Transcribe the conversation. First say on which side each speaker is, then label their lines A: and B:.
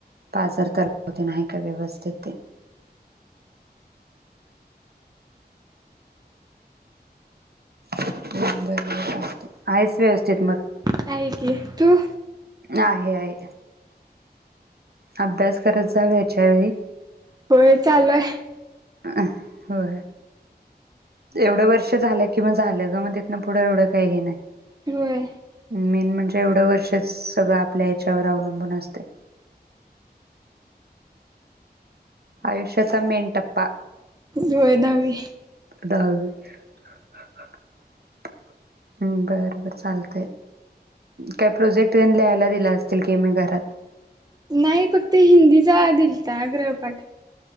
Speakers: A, on the right; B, on the right.
A: पाजर तलाव तेन हाय काय व्यवस्थित ते बर बर चालतंय. आहेस व्यवस्थित मग
B: आहे की तु?
A: आहे आहे अभ्यास करत जा वेळच्यावेळी
B: होय चालूय
A: अं होय एवढं वर्ष झालं की मग झालं ग मग तिथन पुढं एवढं काही हे नाही
B: होय
A: मेन म्हणजे एवढं वर्षच सगळं आपल्या ह्याच्यावर अवलंबून असतय आयुष्याचा मेन टप्पा
B: होय दहावी
A: दहावी <unintelligible> हम् बरं बरं चालतय काय? प्रोजेक्ट ते लिहायला दिलं असतील की मग घरात?
B: नाही फक्त <unintelligible> दिलता गृहपाठ